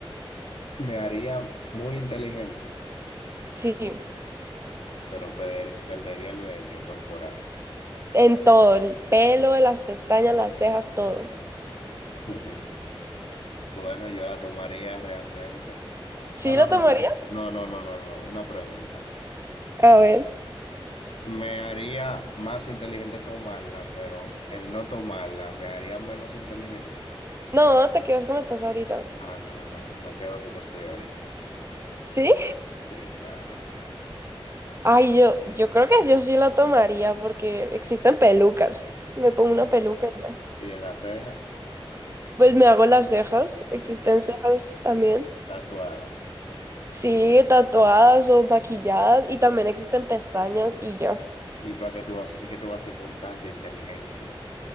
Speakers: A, on the left (about 75°); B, on the right (about 30°).
A: Me haría muy inteligente,
B: Sí,
A: pero perder- perdería el vello corporal.
B: en todo, el pelo, las pestañas, las cejas, todo.
A: <laughs> Bueno, yo la tomaría realmente.
B: ¿Sí
A: Ah, no,
B: lo tomaría?
A: no, no, no, no, no, no, no, una pregunta.
B: A ver.
A: Me haría más inteligente tomarla, pero el no tomarla me haría menos inteligente.
B: No, te quedas como estás ahorita.
A: Ah, no, no, me quedo como estoy ahorita.
B: ¿Sí?
A: Sí, claro.
B: Ay, yo, yo creo que yo sí la tomaría porque existen pelucas. Me pongo una
A: ¿Y
B: peluca y ya.
A: en la ceja?
B: Pues me hago las cejas, existen
A: eh,
B: cejas también.
A: Tatuada.
B: Sí, tatuadas o maquilladas y también existen pestañas y ya.
A: ¿Y para qué tú haces, y qué tú haces con tanta inteligencia?